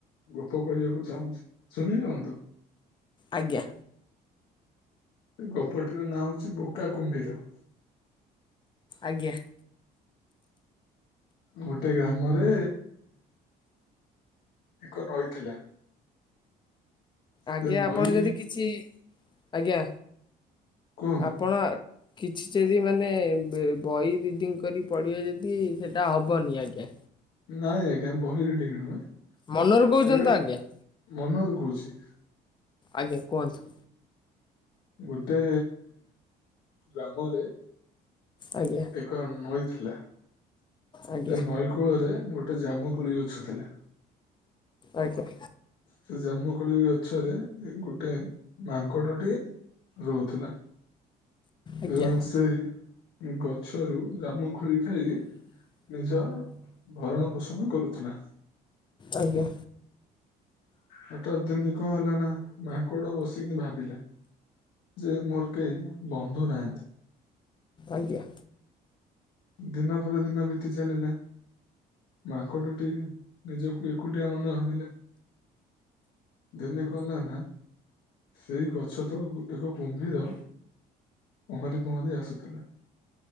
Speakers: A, on the left; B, on the left.
A: ଗପ କହିବାକୁ ଚାହୁଁଛି। ଶୁଣିବେ ବନ୍ଧୁ?
B: ଆଜ୍ଞା।
A: ଗପଟିର ନାଁ ହେଉଛି ବୋକା କୁମ୍ଭୀର।
B: ଆଜ୍ଞା।
A: ଗୋଟେ ଗ୍ରାମରେ ଏକ ନଈ ଥିଲା।
B: ଆଜ୍ଞା
A: ସେ ନଈ
B: ଆପଣ ଯଦି କିଛି। ଆଜ୍ଞା।
A: କୁହନ୍ତୁ?
B: ଆପଣ ଆ କିଛି ଯଦି ମାନେ ବହି ରିଡ଼ିଙ୍ଗ କରି ପଢ଼ିବେ ଯଦି ସେଇଟା ହେବନି ଆଜ୍ଞା।
A: ନାଇଁ ଆଜ୍ଞା ବହି ରିଡିଙ୍ଗ ନୁହେଁ।
B: ମନରୁ କହୁଛନ୍ତି
A: ଏ
B: ତ ଆଜ୍ଞା?
A: ମନରୁ କହୁଛି।
B: ଆଜ୍ଞା। କୁହନ୍ତୁ।
A: ଗୋଟେ ଗ୍ରାମରେ
B: ଆଜ୍ଞା
A: ଏକ ନଈଥିଲା।
B: ଆଜ୍ଞା
A: ସେ ନଈକୂଳରେ ଗୋଟେ ଜାମୁ କୋଳି ଗଛ ଥିଲା।
B: ଆଜ୍ଞା।
A: ସେ ଜାମୁକୋଳି ଗଛରେ ଗୋଟେ ମାଙ୍କଡ଼ଟିଏ ରହୁଥିଲା।
B: ଆଜ୍ଞା
A: ଏବଂ ସେଇ ଗଛରୁ ଜାମୁଖୋଳି ଖାଇ ନିଜ ଭରଣ ପୋଷଣ କରୁଥିଲା।
B: ଆଜ୍ଞା।
A: ହଠାତ୍ ଏମିତି କଣ ହେଲା ନା? ମାଙ୍କଡ ବସିକି ଭାବିଲା। ଯେ ମୋର କେହି ବନ୍ଧୁ ନାହାଁନ୍ତି।
B: ଆଜ୍ଞା।
A: ଦିନ ପରେ ଦିନ ବିତି ଚାଲିଲା। ମାଙ୍କଡଟି ନିଜକୁ ଏକୁଟିଆ ମନେ ଭାବିଲା। ଦିନେ କଣ ହେଲା ନା? ସେଇ ଗଛ ତଳକୁ ଏକ କୁମ୍ଭୀର ପହଁରି ପହଁରି ଆସୁଥିଲା।